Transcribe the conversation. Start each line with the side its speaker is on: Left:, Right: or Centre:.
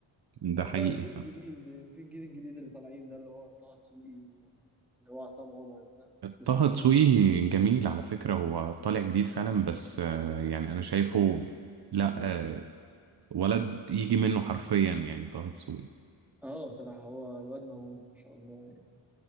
Right: ده
Centre: في
Right: حقيقي
Centre: بقى الجيل الجديد يعني في الجيل الجديد اللي طالعين ده اللي هو طه دسوقي واللي هو عصام عمر ده وتسمع
Right: طه دسوقي
Centre: عنه
Right: جميل على فكرة هو طالع جديد فعلا بس آه، يعني أنا شايفه لا آه، ولد يجي منه حرفيا يعني طه دسوقي
Centre: اه بصراحة هو الواد موهوب ما شاء الله يعني